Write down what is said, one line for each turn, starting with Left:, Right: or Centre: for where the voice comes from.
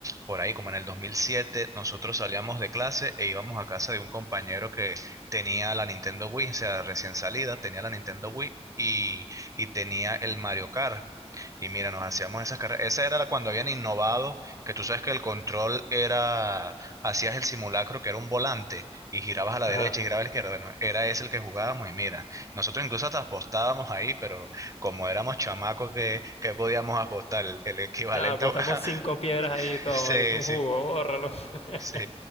Right: por ahí, como en el dos mil siete nosotros salíamos de clase e íbamos a casa de un compañero que tenía la Nintendo Wii, o sea, recién salida, tenía la Nintendo Wii y, y tenía el Mario Kart. Y mira, nos hacíamos esas carreras. Esa era la cuando habían innovado, que tú sabes que el control era, hacías el simulacro que era un volante y girabas a la
Left: Ajá.
Right: derecha y girabas a la izquierda. Bueno, era ese el que jugábamos y mira, nosotros incluso hasta apostábamos ahí, pero como éramos chamacos que, que podíamos apostar, el, el equivalente
Left: No, apostamos
Right: a... <laughs>
Left: cinco piedras ahí y todo,
Right: Sí,
Left: malito, un
Right: sí.
Left: jugo, bórralo. <laughs>
Right: Sí,